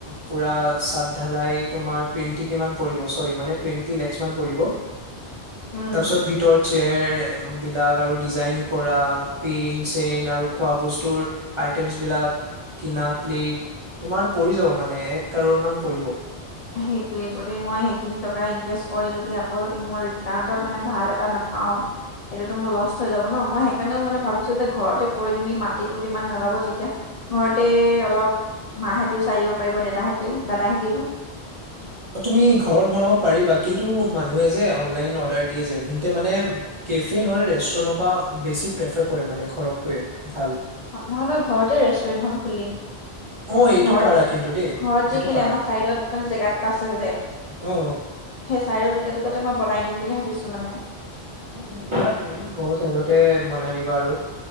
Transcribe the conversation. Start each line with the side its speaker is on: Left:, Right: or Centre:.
Right: পোৰা চাটধালাই তোমাৰ টুৱেন্টি কিমান পৰিব চৰি মানে টুৱেন্টি লেখচ মান পৰিব।
Left: উম
Right: তাৰ পিছত ভিতৰত চেয়ৰ বিলাক আৰু ডিজাইন কৰা পেন চেইন আৰু খোৱা বস্তুৰ আইটেমছ বিলাক কিনা প্লেট তোমাৰ পৰি যাব মানে মানে এক কাৰৰ মান পৰিব।
Left: সেইটোৱে যদি মই সেইখিনি টকা ইনভেষ্ট কৰি যদি আকৌ যদি মই মই তাহাঁতক মানে ভাল এটা নাপাওঁ তেতিয়াটো মোৰ লচ হৈ যাব। ন মই সেইকাৰণেও মানে ভাবিছো যে ঘৰতে কৰি তুমি মাটিতো ইমান নলব তেতিয়া ঘৰতে অলপ মাহাতিও চাই দিব পাৰিব দেতাহতিও দাদাহতিও
Right: অহ তুমি ঘৰত বনাব পাৰিবা কিন্তু মানুহে যে অনলাইন অৰ্ডাৰ দিয়ে যে হিনতে মানে কেফে নহ'লে ৰেষ্টুৰেন্টৰ পৰা বেছি প্ৰেফাৰ কৰে মানে ঘৰতকৈয়ে ভাল।
Left: নহয় নহয় ঘৰতে ৰেষ্টুৰেণ্টখন খুলিম।
Right: অ
Left: মানে
Right: এইটো
Left: ঘৰতে,
Right: পাৰা কিন্তু দেই
Left: ঘৰত
Right: এইটো
Left: যে কেলে
Right: পাৰা
Left: আমাৰ চাইডত মানে জেগা টুকুৰা আছে যে
Right: অ
Left: সেই চাইডৰ জেগা টুকুৰাতে মই বনাই দিম বুলি ভাবিছো মানে
Right: অহ অহ তুমি ঘৰৰ চাইডতে বনাই দিবা আৰু